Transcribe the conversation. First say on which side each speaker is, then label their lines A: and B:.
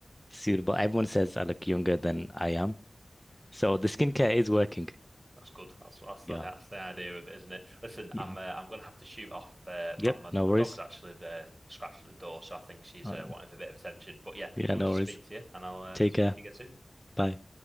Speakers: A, in the centre; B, on the right (about 25°).
A: suitable. Everyone says I look younger than I am.
B: that's
A: So
B: good.
A: the skincare is working.
B: That's good. That's that's the,
A: Yeah.
B: that's the idea of it, isn't it? Listen,
A: Yeah.
B: I'm uh, I'm gonna have to shoot off. Uh, my,
A: Yep.
B: my
A: No
B: my
A: worries.
B: dog's actually uh, scratched at the door, so I think she's
A: All
B: uh,
A: right.
B: wanting for a bit of attention. But yeah,
A: Yeah,
B: lovely
A: no
B: to
A: worries.
B: speak to you, and I'll uh,
A: Take
B: speak
A: care.
B: to you again soon.
A: Bye.